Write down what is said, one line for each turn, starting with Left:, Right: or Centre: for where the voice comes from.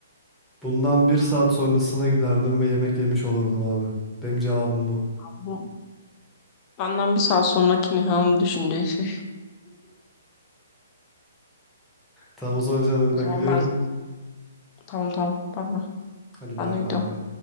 Centre: bundan bir saat sonrasına giderdim ve yemek yemiş olurdum abi. Benim cevabım bu.
Left: Bu benden bir saat sonraki Nihan'ın düşüneceği şey.
Centre: Tamam o zaman canım hadi
Left: O
Centre: ben
Left: zaman
Centre: gidiyorum.
Left: ben tamam tamam. Ben de,
Centre: Hadi
Left: ben
Centre: bay
Left: de gidiyorum.
Centre: bay.